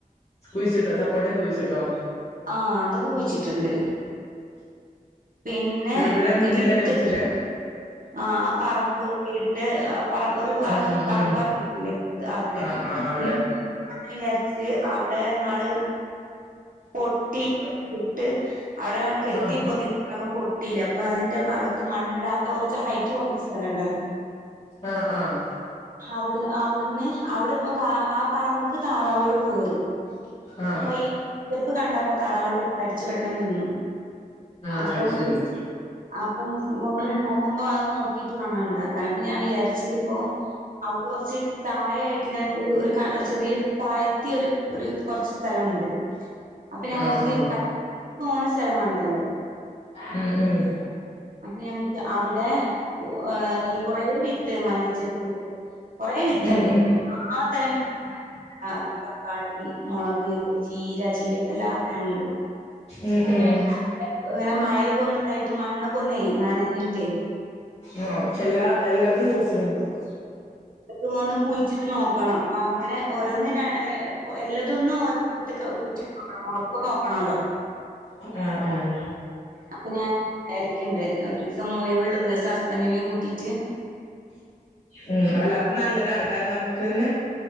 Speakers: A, on the left; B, on the right.
A: കുഴിച്ചിട്ടോ സപോട്ട ഒക്കെ കുഴിച്ചിട്ടോ?
B: ആഹ് അതൊക്കെ കുഴിച്ചിട്ടുണ്ട്. പിന്നെ
A: ഇവിടെ മുന്നിലെന്നെ
B: വിത്ത്
A: കുഴിച്ചിട്ടേ
B: ആഹ് പറമ്പ് വീടിന്റെ ആഹ് പറമ്പ് ഒരു ഭാഗം
A: ഉം ഉം
B: പറമ്പ
A: ഉം
B: ആക്കീട്ടില്ലേ അവിടെ
A: ആ ആ അവിടെ
B: ഉം അങ്ങനെ വിചാരിച്ച് അവിടെ ഇന്നാള് പൊട്ടി ഇട്ട് അവിടെ കെട്ടി
A: ആ
B: പൊന്തി അകം പൊട്ടിയില്ല അപ്പൊ അതിന്റെ ഭാഗത്ത് മണ്ണിടാത്ത കുറച്ച് ഹൈറ്റ് കുറഞ്ഞ സ്ഥലണ്ടല്ലോ
A: ആഹ് ആഹ്.
B: ഹവിടെ അവിടുന്ന് അവിടെപ്പ താറ ആ പറമ്പക്ക് താറാവുകൾ കേറും.
A: ആഹ്.
B: അപ്പൊ ഈ ചെപ്പ് കണ്ടപ്പോ തറാവുകള് കടിച്ചു പെട്ടെന്ന് തിന്നും അപ്പം
A: അത് ശരി
B: അപ്പം നമ്മള് ഇണ്ടാക്കുമ്പോ അത് നോക്കി റ്റ് വാണം ഇണ്ടാക്കാൻ അപ്പൊ ഞാൻ വിചാരിച്ച് ഇപ്പോ അവിടെ കുറച്ച് തായായിട്ട് ഇങ്ങനെ ഒരു ഒരു ക ചെറിയൊരു താഴത്തി ഒരു ഒരു കുറച്ച് സ്ഥലിണ്ട്. അപ്പൊ ഞാൻ
A: ആ
B: വിചാരിച്ച്
A: ആ
B: പത്ത് മൂന്ന് സ്ഥലം വേണ്ടല്ലേ.
A: ഉം ഉം.
B: അപ്പ ഞാൻ അവിടെ ഉ ഈ കൊറേ വിത്ത് മല്ലിചെപ്പ് കൊറെ വിത്ത്
A: ഉം
B: ഇണ്ട്
A: ഉം
B: ആ തരം വി <unintelligible> തക്കാളി മൊളക് ചീര ചീര ഒക്കെ എല്ലാ തരവും ഇണ്ട് ഇപ്പൊ
A: ഉം
B: ഇങ്ങനെ
A: ഉം
B: ഇങ്ങനെ മഴൊക്കെ ഒന്ന് ഇതായിട്ട് മണ്ണ് ഒക്കെ ഒന്നേ നനഞ്ഞിട്ടേ
A: ഉം എല്ലാ എല്ലാതും കുഴിച്ച് ഇടുണ്ടാവും.
B: അത് ഒന്ന് കുളിച്ചിട്ട് നോക്കണം അങ്ങനെ ഓരോന്ന് എല്ലതൊന്നും ഓരോരുത്ത കുഴിട്ടി ന മൊളക്കൊന്നും നോക്കണല്ലോ.
A: ആഹ് ആഹ്
B: അപ്പൊ ഞാൻ വിചാരിക്കണ്ട് ഒരീസം ഒഴുവുള്ള ദിവസം ഹസബൻഡിനെയും കൂട്ടിട്ട്
A: ഉം അല്ല അത് നല്ലതാണ് കാരണം നമുക്ക് തന്നെ